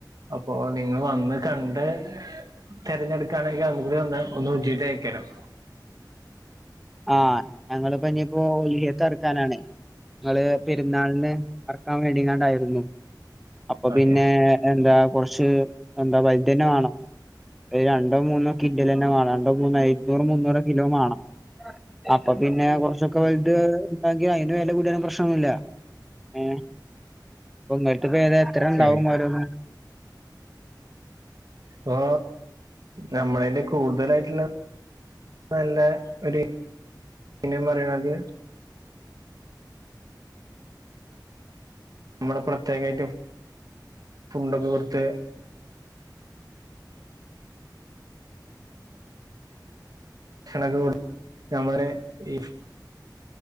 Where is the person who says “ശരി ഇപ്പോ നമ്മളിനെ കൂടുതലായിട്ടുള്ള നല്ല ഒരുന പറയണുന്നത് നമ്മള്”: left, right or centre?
Right